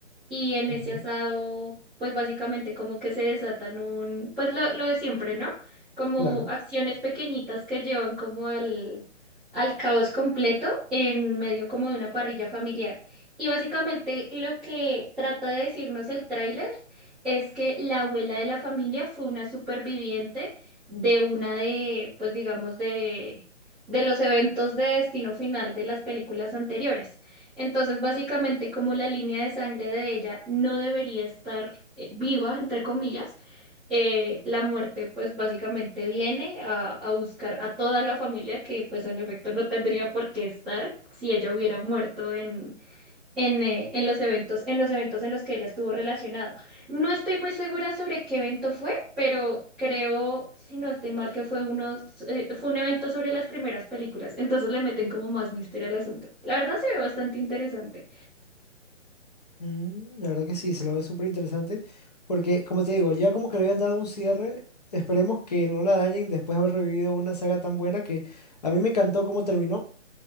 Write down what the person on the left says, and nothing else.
Ujú,
Claro.
Mm, la verdad que sí, se lo ve súper interesante, porque como te digo, ya como que le habían dado un cierre, esperemos que no la dañen después de haber revivido una saga tan buena que a mí me encantó cómo terminó,